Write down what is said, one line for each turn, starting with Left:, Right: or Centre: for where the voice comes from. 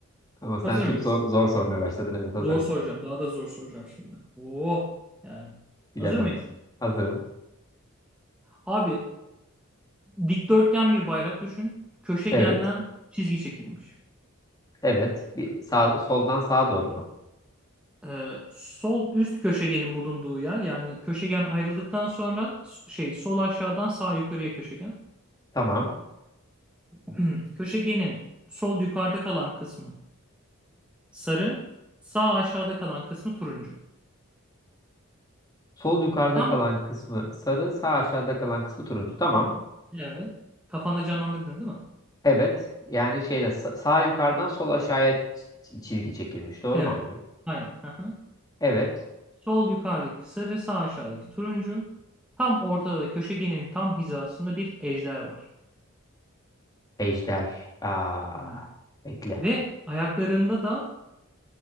Left: Ama sen
Centre: Hazır
Left: çok
Centre: mıyız?
Left: zor, zor sormaya başladın. Evet hazırım.
Centre: Zor soracağım. Daha da zor soracağım şimdi. Oo yani.
Left: Bilemem.
Centre: Hazır mıyız?
Left: Hazırım.
Centre: Abi Dikdörtgen bir bayrak düşün. Köşegenden
Left: Evet.
Centre: çizgi çekilmiş.
Left: Evet. Bir sağ, soldan sağa doğru mu?
Centre: Ee, sol üst köşegenin bulunduğu yer yani köşegen ayrıldıktan sonra şey sol aşağıdan sağ yukarıya köşegen.
Left: Tamam.
Centre: <clears throat> Köşegenin sol yukarıda kalan kısmı sarı, sağ aşağıda kalan kısmı turuncu.
Left: Sol yukarıda
Centre: Tam
Left: kalan kısmı sarı, sağ aşağıda kalan kısmı turuncu. Tamam.
Centre: evet. Kafanda canlandırdın değil mi?
Left: Evet. Yani şeyde sa- sağ yukarıdan sol aşağıya ç- çizgi çekilmiş. Doğru
Centre: Evet.
Left: mu anlıyorum?
Centre: Aynen. Aha.
Left: Evet.
Centre: Sol yukarıdaki sarı, sağ aşağıdaki turuncu. Tam ortada da köşegenin tam hizasında bir ejder var.
Left: Ejder. Aa,
Centre: Evet.
Left: bekle.
Centre: Ve ayaklarında da